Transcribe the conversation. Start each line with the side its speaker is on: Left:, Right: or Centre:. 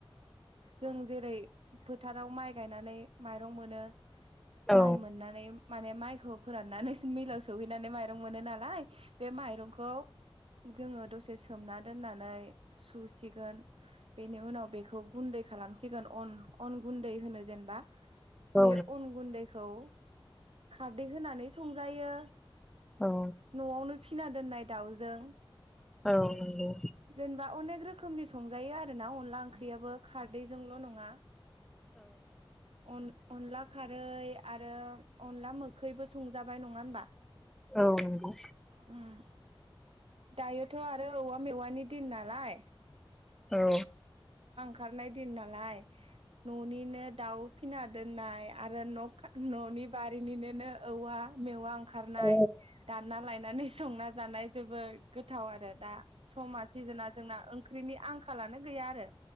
Right: जों जेरै फोथाराव माइ गायनानै माइरं मोनो।
Centre: औ
Right: माइ मोननानै माने माइ खौ फोराननानै मिलाव सौहैनानै माइरं मोनो नालाय बे माइरंखौ जोङो दसे सोमना दोननानै सुसिगोन। बेनि उनाव बेखौ गुन्दै खालामसिगोन अन अन गुन्दै होनो जेनबा।
Centre: औ
Right: बे अन गुन्दैखौ खारदै होनानै संजायो।
Centre: नों
Right: न'आवनो फिना दोननाय दाउजों
Centre: औ नंगौ
Right: जेनबा अनेक रोखोमनि संजायो आरो ना अनला ओं ख्रियाबो खा दैजोंल' नङा अन अनला खारै आरो अनला मोखैबो संजाबाय नङा होनबा?
Centre: औ नंगौ
Right: उम दायोथ' आरो औवा मेवानि दिन नाल लाय
Centre: औ
Right: खारनाय दिन नालाय न'निनो दाउ फिना दोननाय आरो न' न'नि बारिनिनो नो औवा मेवा खारनाय
Centre: उम औ
Right: दानना लायनानै संना जानाय जोबोर गोथाव आरो दा। समा सिजोना जोंना ओंख्रिनि आंखालानो गैया आरो